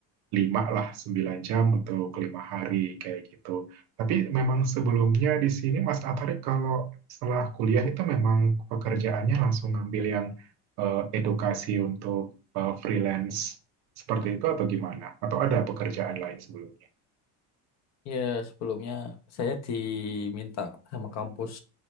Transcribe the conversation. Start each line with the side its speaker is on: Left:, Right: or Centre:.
Right: lima lah, 9 jam untuk lima hari kayak gitu. Tapi memang sebelumnya di sini Mas Atari kalau setelah kuliah itu memang pekerjaannya langsung ngambil yang eh, edukasi untuk eh, freelance seperti itu atau gimana? Atau ada pekerjaan lain sebelumnya?
Left: Ya, sebelumnya saya diminta sama kampus